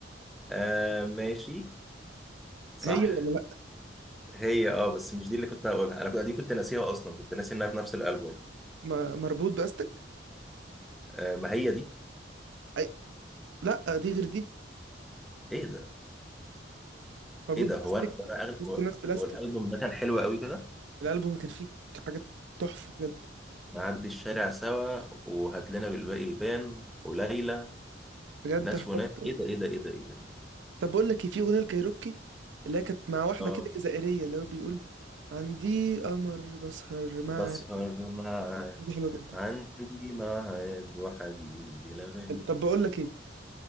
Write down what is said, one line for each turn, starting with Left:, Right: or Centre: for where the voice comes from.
Centre: آه ماشي صح
Right: هي ولا لأ
Centre: هي اه بس مش دي اللي كنت هقولها انا كنت دي كنت ناسيها اصلا كنت ناسي انها في نفس الالبوم
Right: ما- مربوط بأستك
Centre: آه ما هي دي
Right: أي لأ دي غير دي
Centre: ايه ده
Right: مربوط
Centre: ايه ده
Right: بأستك
Centre: هو انا هو أنا أغل-
Right: وسط
Centre: هو
Right: ناس بلاستيك
Centre: هو الالبوم ده كان حلو قوي كده
Right: الألبوم كان فيه حاجات تحفة بجد
Centre: نعدي الشارع سوا وهات لنا بالباقي البان وليلى
Right: بجد
Centre: ناس
Right: حاجات
Centre: وناس
Right: آه.
Centre: ايه ده ايه ده ايه ده ايه ده إيه ده؟
Right: طب بقول لك إيه، في أغنية الكايروكي اللي هي كانت مع واحدة
Centre: اه
Right: كده جزائرية اللي هو بيقول عندي قمر بسهر مع
Centre: بسهر معاه
Right: دي حلوة جدا
Centre: عندي ميعاد وحبيبي لا غير
Right: حلو. طب بقول لك إيه